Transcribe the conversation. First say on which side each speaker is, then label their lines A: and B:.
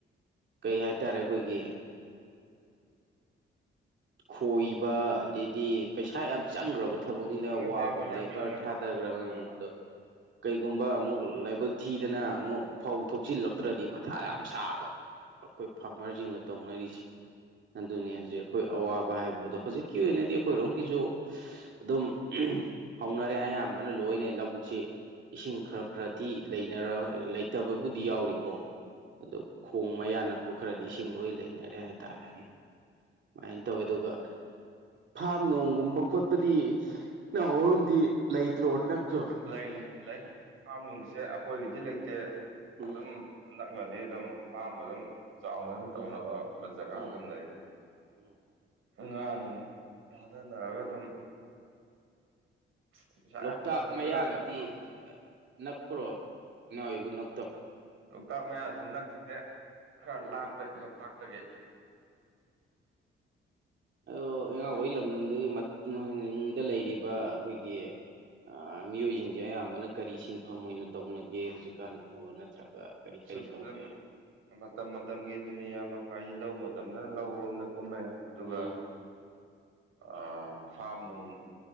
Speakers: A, on the right; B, on the right.
A: ꯀꯩ ꯍꯥꯏꯇꯥꯔꯦ ꯑꯩꯈꯣꯏꯒꯤ ꯈꯣꯏꯕ ꯑꯗꯩꯗꯤ ꯄꯩꯁꯥ ꯌꯥꯝ ꯆꯪꯒ꯭ꯔꯕ ꯊꯕꯛꯅꯤꯡꯗ
B: ꯆꯪꯉꯦ
A: ꯋꯥꯕ
B: ꯆꯪꯉꯦ ꯄꯩꯁꯥ
A: ꯂꯦꯕꯔ
B: ꯌꯥꯝ ꯆꯪꯉꯦ
A: ꯊꯥꯗꯈ꯭ꯔꯒ
B: ꯎꯝ
A: ꯑꯗꯣ ꯀꯩꯒꯨꯝꯕ ꯑꯃꯨꯛ ꯂꯥꯏꯕꯛ ꯊꯤꯗꯅ ꯑꯃꯨꯛ ꯐꯧ ꯊꯣꯛꯆꯤꯜꯂꯛꯇ꯭ꯔꯗꯤ ꯃꯊꯥ ꯌꯥꯝ ꯁꯥꯕ ꯑꯩꯈꯣꯏ ꯐꯥꯔꯃꯔꯁꯤꯡꯅ ꯇꯧꯅꯔꯤꯁꯦ ꯑꯗꯨꯅꯦ ꯍꯧꯖꯤꯛ ꯑꯩꯈꯣꯏ ꯑꯋꯥꯕ ꯍꯥꯏꯕꯣ ꯍꯧꯖꯤꯛꯀꯤ ꯑꯣꯏꯅꯗꯤ ꯑꯩꯈꯣꯏꯔꯣꯝꯒꯤꯁꯨ ꯑꯗꯨꯝ ꯍꯧꯅꯔꯦ ꯑꯌꯥꯝꯕꯅ ꯂꯣꯏꯅ ꯂꯧꯕꯨꯛꯁꯤ ꯏꯁꯤꯡ ꯈꯔ ꯈꯔꯗꯤ ꯂꯩꯔ ꯂꯩꯇꯕꯕꯨꯗꯤ ꯌꯥꯎꯔꯤꯀꯣ ꯑꯗꯣ ꯈꯣꯡ ꯃꯌꯥ ꯅꯛꯄ ꯈꯔꯗꯤ ꯏꯁꯤꯡ ꯂꯣꯏ ꯂꯩꯅꯔꯦ ꯍꯥꯏꯇꯥꯔꯦ ꯁꯨꯃꯥꯏꯅ ꯇꯧꯋꯦ ꯑꯗꯨꯒ ꯐꯥꯔꯝ ꯅꯣꯡꯒꯨꯝꯕ ꯈꯣꯠꯄꯗꯤ ꯅꯪ ꯍꯣꯔꯣꯟꯗꯤ ꯂꯩꯇ꯭ꯔꯣ ꯅꯛꯇ꯭ꯔꯣ
B: ꯂꯩ ꯂꯩ ꯂꯩ ꯐꯥꯝ ꯅꯨꯡꯁꯦ ꯑꯩꯈꯣꯏꯒꯤꯗꯤ ꯂꯩꯇꯦ
A: ꯎꯝ
B: ꯑꯗꯨꯝ ꯅꯛꯅꯗꯤ ꯑꯗꯨꯝ ꯐꯥꯝ ꯑꯗꯨꯝ ꯆꯥꯎꯅ ꯑꯗꯨꯝ
A: ꯎꯝ
B: ꯇꯧꯅꯕ ꯖꯒꯥ
A: ꯎꯝ
B: ꯑꯗꯨꯝ ꯂꯩ
A: ꯎꯝ
B: ꯉꯥ ꯅꯨꯡ ꯊꯥꯗꯅꯔꯒ ꯑꯗꯨꯝ ꯄꯩꯁꯥ
A: ꯂꯣꯛꯇꯥꯛ
B: ꯌꯥꯝ ꯐꯪꯕꯖꯥꯠꯅꯤꯗ
A: ꯃꯌꯥꯒꯗꯤ
B: ꯐꯥꯝꯁꯦ
A: ꯅꯛꯄ꯭ꯔꯣ ꯅꯣꯏꯕꯨ ꯅꯛꯇꯕ꯭ꯔꯣ
B: ꯂꯣꯛꯇꯥꯛ ꯃꯌꯥꯁꯤ ꯅꯛꯇꯦ ꯈꯔ ꯂꯥꯞꯄꯦ ꯂꯣꯛꯇꯥꯛꯇꯒꯤ
A: ꯑꯗꯣ ꯑꯩꯉꯥꯡ ꯍꯣꯏ ꯂꯝꯗꯝꯗꯨꯒꯤ ꯃꯠ ꯅꯡꯗ ꯂꯩꯔꯤꯕ ꯑꯩꯈꯣꯏꯒꯤ ꯑ ꯃꯤꯑꯣꯏꯖꯤꯡꯖꯦ ꯑꯌꯥꯝꯕꯅ ꯀꯔꯤ ꯁꯤꯟꯐꯝ ꯑꯣꯏꯅ ꯇꯧꯅꯒꯦ ꯍꯧꯖꯤꯛꯀꯥꯟꯁꯤꯕꯣ ꯅꯠꯇ꯭ꯔꯒ ꯀꯔꯤ
B: ꯁꯤꯟꯐꯝꯖꯟꯕ
A: ꯀꯔꯤ ꯇꯧꯒꯦ
B: ꯃꯇꯝ ꯃꯇꯝꯒꯤꯗꯨꯅꯤ ꯏꯌꯥꯝꯕ ꯍꯥꯏꯗꯤ ꯂꯧ ꯃꯇꯝꯗꯅ ꯂꯧꯔꯣꯝꯗ ꯀꯨꯝꯃꯦ ꯑꯗꯨꯒ
A: ꯎꯝ
B: ꯑꯥ ꯐꯥꯝ ꯅꯨꯡ